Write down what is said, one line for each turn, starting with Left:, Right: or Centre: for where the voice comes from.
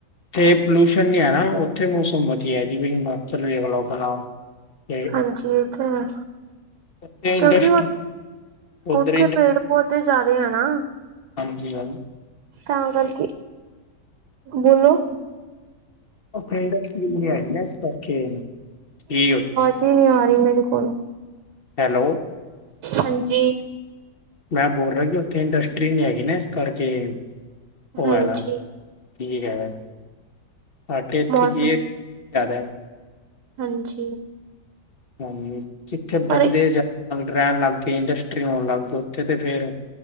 Left: ਜਿੱਥੇ ਪੋਲਿਊਸ਼ਨ ਨਈ ਹੈ ਨਾ ਓਥੇ ਮੌਸਮ ਵਧੀਆ ਜੀ ਜਿਵੇਂ ਹਿਮਾਚਲ ਵੇਖ ਲਓ ਅਪਨਾ। ਤੇ
Right: ਹਾਂਜੀ ਏ ਤੇ ਹੈ।
Left: ਉੱਥੇ
Right: ਕਿਉਂਕਿ
Left: ਇੰਡਸਟਰੀ
Right: ਓ,
Left: ਉੱਧਰ
Right: ਓਥੇ ਪੇੜ ਪੌਦੇ ਜ਼ਿਆਦੇ ਐ ਨਾ।
Left: ਹਾਂਜੀ, ਹਾਂਜੀ।
Right: ਤਾਂ ਕਰਕੇ ਬੋਲੋ।
Left: ਓਥੇ ਇੰਡਸਟਰੀਜ ਨਈ ਹੈਗੀ ਨਾ ਇਸ ਕਰਕੇ <unintelligible>
Right: ਜ ਨੀ ਆ ਰੀ ਮੇਰੇ ਕੋਲ।
Left: ਹੈਲੋ।
Right: ਹਾਂਜੀ।
Left: ਮੈਂ ਬੋਲ ਰਿਆ ਕਿ ਓਥੇ ਇੰਡਸਟਰੀ ਨੀ ਹੈਗੀ ਨਾ ਇਸ ਕਰਕੇ, ਓ
Right: ਹਾਂਜੀ
Left: ਹੈਗਾ। ਠੀਕ ਹੈਗਾ, ਬਾਕੀ ਏਥੇ
Right: ਮੌਸਮ
Left: ਕੀ ਹੈ <unintelligible> ਜਾਦਾ ਐ।
Right: ਹਾਂਜੀ।
Left: ਹਾਂਜੀ, ਜਿੱਥੇ
Right: ਪਰ
Left: ਬੰਦੇ ਜਾ ਰਹਿਣ ਲੱਗ ਗਏ ਇੰਡਸਟਰੀ ਹੋਣ ਲੱਗ ਗਈ ਓਥੇ ਤੇ ਫੇਰ